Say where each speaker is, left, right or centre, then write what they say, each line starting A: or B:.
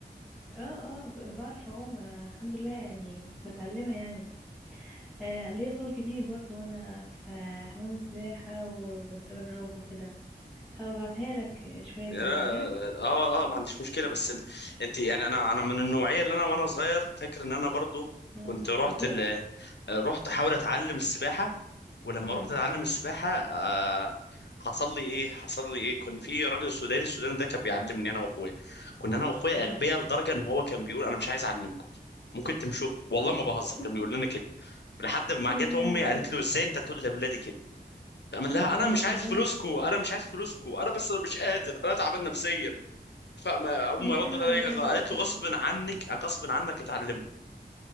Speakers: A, in the centre; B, on the left (about 80°).
A: اه اه بعرف أعوم أنا الحمد لله يعني متعلمة يعني آه ليا صور كتير برضو وأنا في حمام السباحة وبتدرب وكده هبعتها لك شوية
B: لا
A: كده تمام
B: اه اه ما عنديش مشكله بس انت انت يعني انا انا من النوعيه اللي انا وانا صغير فاكر ان انا برضو
A: مم.
B: كنت رحت
A: بتغرق
B: آه، رحت احاول اتعلم السباحه ولما
A: مم.
B: رحت اتعلم السباحه آه، حصل لي ايه حصل لي ايه كان في راجل سوداني السوداني ده كان بيعلمني انا واخويا كنا انا واخويا
A: مم.
B: اغبياء لدرجه ان هو كان بيقول انا مش عايز اعلمكم ممكن تمشوا والله ما بهزر
A: <laughs>
B: كان بيقول لنا كده لحد ما
A: يا
B: جت
A: لا
B: امي قالت له ازاي انت تقول لاولادي كده فقام لها
A: والله
B: انا مش
A: والله
B: عايز فلوسكو انا مش عايز فلوسكو انا بس انا مش قادر انا تعبان نفسيا فما امي
A: أنا مش
B: ردت
A: قادرة
B: عليها
A: على ولادك
B: قالت
A: يا ستي
B: له غصب عنك غصب عنك اتعلمهم